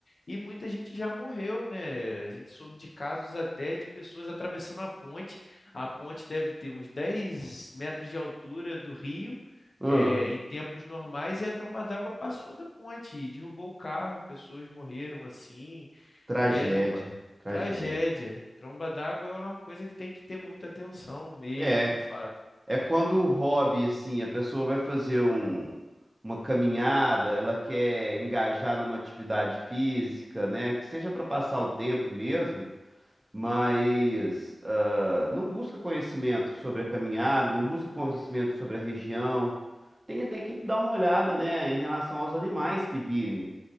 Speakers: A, on the left; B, on the right.
A: E muita gente já morreu, né? A gente soube de casos até de pessoas atravessando a ponte a ponte deve ter uns 10 metros de altura do rio,
B: Hum,
A: é, em tempos normais, e a tromba d'água passou da ponte, e derrubou o carro, pessoas morreram assim.
B: tragédia,
A: É tromba...
B: tragédia.
A: tragédia. Tromba d'água é uma coisa que tem que ter muita atenção mesmo,
B: É,
A: de fato.
B: é quando o hobby, assim, a pessoa vai fazer um, uma caminhada, ela quer engajar numa atividade física, né? Que seja para passar o tempo mesmo, mas não busca conhecimento sobre a caminhada, não busca conhecimento sobre a região. Tem até que dar uma olhada, né, em relação aos animais que vivem.